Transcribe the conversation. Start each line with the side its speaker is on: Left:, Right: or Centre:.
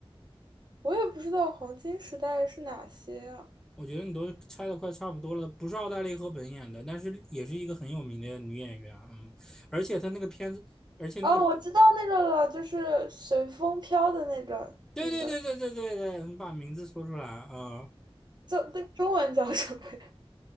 Right: 我也不知道黄金时代是哪些啊。
Centre: 我觉得你都猜的快差不多了，不是奥黛丽·赫本演的，但是也是一个很有名的女演员，嗯，而且她那个片子，而且那个，
Right: 哦，我知道那个了，就是随风飘的那个，
Centre: 对对对对对对对，
Right: 那个
Centre: 你把名字说出来啊，
Right: 叫那中文叫什么呀